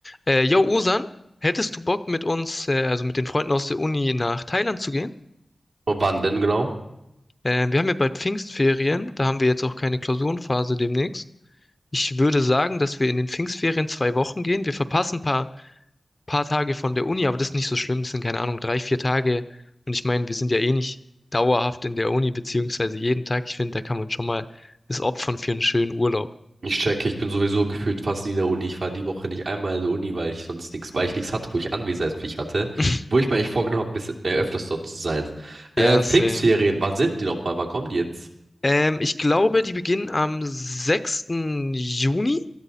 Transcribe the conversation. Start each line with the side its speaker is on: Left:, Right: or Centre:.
Left: Äh, yo, Osan, hättest du Bock mit uns, äh, also mit den Freunden aus der Uni nach Thailand zu gehen?
Right: Wann denn genau?
Left: Äh, wir haben ja bald Pfingstferien, da haben wir jetzt auch keine Klausurenphase demnächst. Ich würde sagen, dass wir in den Pfingstferien zwei Wochen gehen. Wir verpassen ein paar, paar Tage von der Uni, aber das ist nicht so schlimm. Das sind, keine Ahnung, drei, vier Tage. Und ich meine, wir sind ja eh nicht dauerhaft in der Uni, beziehungsweise jeden Tag. Ich finde, da kann man schon mal das opfern für einen schönen Urlaub.
Right: Ich checke, ich bin sowieso gefühlt fast nie in der Uni. Ich war die Woche nicht einmal in der Uni, weil ich sonst nichts, weil ich nichts hatte, wo ich Anwesenheitspflicht hatte,
Left: <laughs>
Right: wo ich mir eigentlich vorgenommen habe, bis, äh, öfters dort zu sein. Äh,
Left: Ja,
Right: Pfingstferien,
Left: same.
Right: wann sind die nochmal? Wann kommen die jetzt?
Left: Ähm, ich glaube, die beginnen am sechsten Juni.